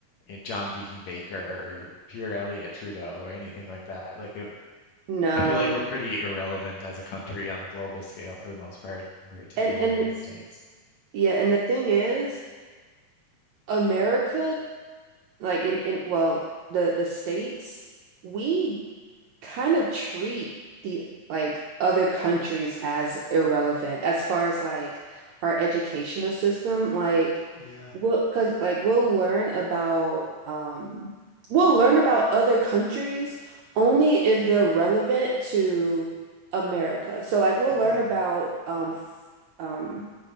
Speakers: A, on the left (about 65°); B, on the right (about 80°).
A: eh, John Diefenbaker or Pierre Elliott Trudeau or anything like that. Like it,
B: No.
A: I feel like we're pretty irrelevant as a country on the global scale for the most part compared to
B: And
A: the United
B: and
A: States.
B: yeah, and the thing is, America, like in in well, the the states, we kind of treat the like other countries as irrelevant as far as like our educational system like
A: Yeah.
B: we'll because like we'll learn about um we'll learn about other countries only if they're relevant to America so like we'll learn
A: hmm
B: about um f- um